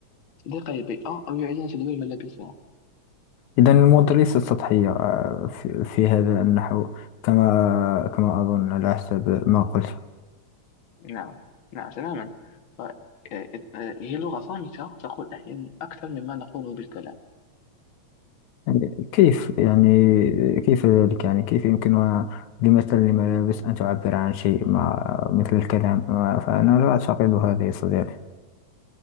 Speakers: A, on the left; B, on the left.
A: صديقة للبيئة أو يعيدون تدوير ملابسهم
B: إذا الموضة ليست سطحية آه، في, في هذا النحو كما كما أظن على حسب ما قلت
A: نعم نعم تماما ف- آه، آه، هي لغة صامتة تقول أحيانا أكثر مما نقوله بالكلام
B: يعني كيف يعني كيف ذلك يعني كيف يمكنها بمثل الملابس أن تعبر عن شيء ما مثل الكلام آه، فأنا لا أعتقد هذا يا صديقي